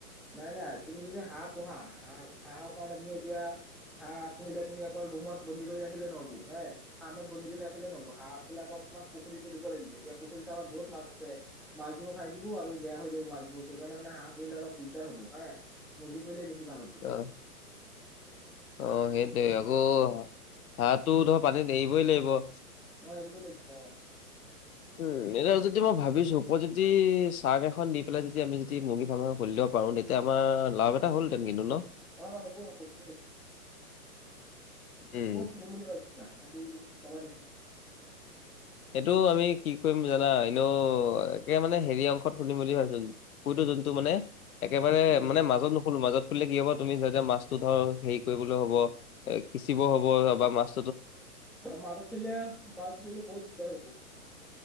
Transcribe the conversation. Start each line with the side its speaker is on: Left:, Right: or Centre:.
Centre: নাই-নাই তুমি যদি হাঁহ পোহা হাঁহ-হাঁহ ৰ কাৰণে তুমি এতিয়া হাহ পহিলে তুমি অকল ৰুমত বন্দী কৰি ৰাখিলে নহ'বো হে৷ আৰামত বন্দি কৰি ৰাখিলে নহব হাঁবিলাকক তোমাক পুখুৰীত এৰিব লাগিব এতিয়া পুখুৰী ত আমাৰ বহুত মাছ আছে৷ মাছবোৰো খাই দিব আৰু বেয়া হৈ যাব মাছবোৰ সেইকাৰনে হাঁহ পহিলে অলপ দিগ দিগদাৰ হ'ব হা মুৰ্গী পৰিলে বেছি ভাল হ'ব৷
Left: অ অ সেইটোৱে আকৌ হাঁহটো ধৰ পানীত এৰিবই লাগিব৷
Centre: অ এৰিবই লাগিব অ৷
Left: উম এতিয়া যদি মই ভাবিছো উপত যদি চাঙ এখন দি পেলাই যদি আমি যদি মুৰ্গী ফাৰ্ম খুলিব পাৰো নেকি তেতিয়া আমাৰ লাভ এটা হ'লহতেন কিন্তু ন?
Centre: অ হ'ব- সেটোও হব৷হ'ব
Left: উম
Centre: ক'ত খুলিম বুলি ভাবিছা হেইতো কবানেকি?
Left: এইটো আমি কি কৰিম জানা এনেও একে মানে হেৰি অংশত শুনিম বুলি ভাবিছো৷ কতো জন্তু মানে একেবাৰে
Centre: উম
Left: মানে মাজত নুখোলো মাজত খুলিলে কি হব তুমি যেতিয়া মাছো ধ হেৰি কৰিবলৈ হ'ব সিচিব হ'ব বা মাছ
Centre: মাজত খুলিলে মাছবোৰ ধৰিলে বহুত দিগ্দাৰ হব৷